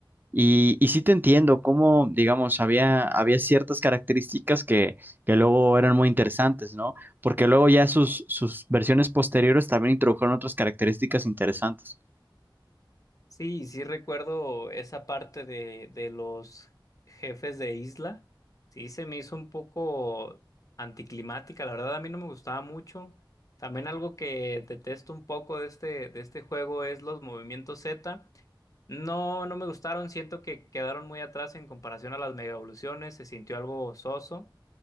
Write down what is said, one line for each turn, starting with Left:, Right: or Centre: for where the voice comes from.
Right: Y, y sí te entiendo, cómo, digamos, había, había ciertas características que, que luego eran muy interesantes, ¿no? Porque luego ya sus, sus versiones posteriores también introdujeron otras características interesantes.
Left: Sí, sí recuerdo esa parte de, de los jefes de isla. Sí, se me hizo un poco anticlimática. La verdad, a mí no me gustaba mucho. También algo que detesto un poco de este, de este juego es los movimientos Z. No, no me gustaron. Siento que quedaron muy atrás en comparación a las mega evoluciones. Se sintió algo soso.